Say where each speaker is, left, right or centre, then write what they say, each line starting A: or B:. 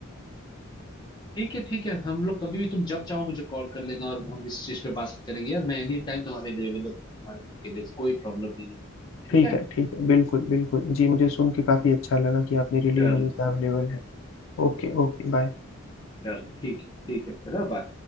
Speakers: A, on the left (about 20°); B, on the left (about 70°).
A: ठीक है ठीक है हम लोग कभी भी तुम जब चाहो मुझे कॉल कर लेना और हम इस चीज पे बात करेंगे यार मैं एनी टाइम तुम्हारे लिए अवेलेबल हमारे के लिए कोई प्रॉब्लम नहीं है ठीक
B: ठीक
A: है
B: है ठीक है बिल्कुल बिल्कुल जी मुझे सुन के काफी अच्छा लगा कि आप मेरे लिए
A: चलो
B: हमेशा अवेलेबल हैं Okay okay bye
A: चलो ठीक है ठीक है फिर बाय